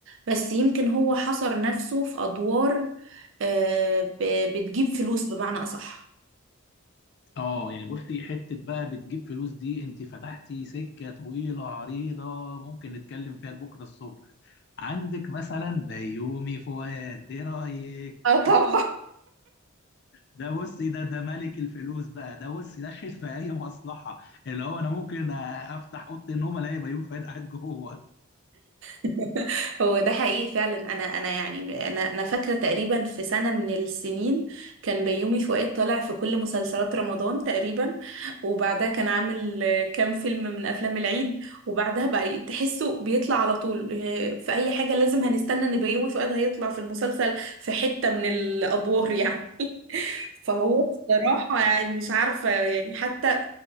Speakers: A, on the right; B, on the left.
A: بس يمكن هو حصر نفسه في أدوار آه، ب- بتجيب فلوس بمعنى أصح
B: اه يعني بصي حتة بقى بتجيب فلوس دي انت فتحتي سكة طويلة عريضة ممكن نتكلم فيها لبكرة الصبح عندك مثلا بيومي فؤاد ايه رأيك
A: اه طبعا
B: ده بصي ده ده ملك الفلوس بقى ده بصي داخل في اي مصلحة اللي هو انا ممكن افتح اوضة النوم الاقي بيومي فؤاد قاعد جوه
A: <laughs> هو ده حقيقي فعلا انا انا يعني انا انا فاكره تقريبا في سنه من السنين كان بيومي فؤاد طالع في كل مسلسلات رمضان تقريبا وبعدها كان عامل آه، كام فيلم من افلام العيد وبعدها بقى تحسه بيطلع على طول آه، في اي حاجه لازم هنستنى ان بيومي فؤاد هيطلع في المسلسل في حته من الادوار يعني <laughs> فهو بصراحه يعني مش عارفه يعني حتى